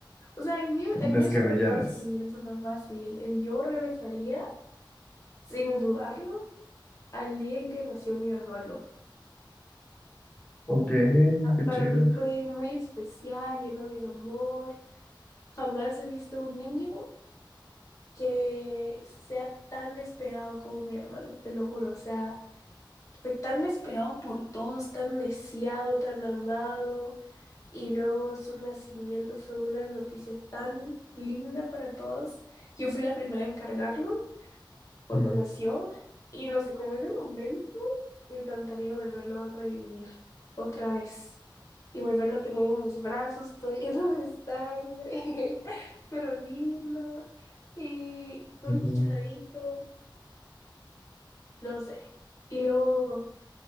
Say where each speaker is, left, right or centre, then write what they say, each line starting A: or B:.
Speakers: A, on the left; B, on the left.
A: O sea, el mío,
B: descabelladas.
A: el mío es súper fácil, súper fácil. El yo regresaría, sin dudarlo, al día en que nació mi hermano.
B: Ok, qué
A: Para
B: chido.
A: mí fue muy especial, lleno de amor. Jamás he visto un niño que sea tan esperado como mi hermano, te lo juro. O sea, fue tan esperado por todos, tan deseado, tan amado, y luego su nacimiento fue una noticia tan linda para todos. Yo fui la primera en cargarlo cuando
B: Mm,
A: nació, y no sé, como ese momento, me encantaría volverlo a revivir otra vez. Y volverlo a tener en mis brazos, todo lleno de sangre, <laughs> pero lindo, y todo
B: Ujú.
A: hinchadito, no sé. Y luego